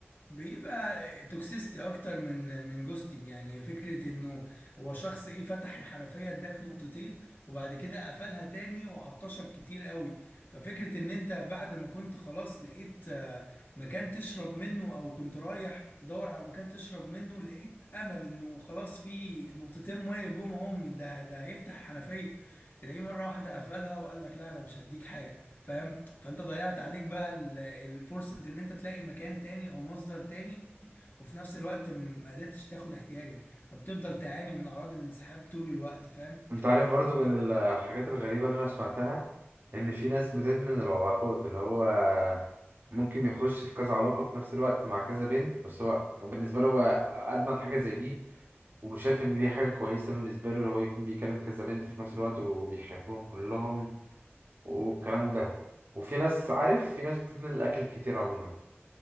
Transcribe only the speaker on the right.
انت عارف برضو
من الحاجات الغريبه اللي انا سمعتها ان في ناس بتدمن العلاقات اللي هو ممكن يخش في كذا علاقه في نفس الوقت مع كذا بنت بس هو بالنسبه له هو ادمن حاجه زي دي وشاف ان دي حاجه كويسه بالنسبه له اللي هو يكون بيكلم كذا بنت في نفس الوقت وبيحبهم كلهم والكلام ده وفي ناس عارف في ناس بتدمن الاكل كتير عموما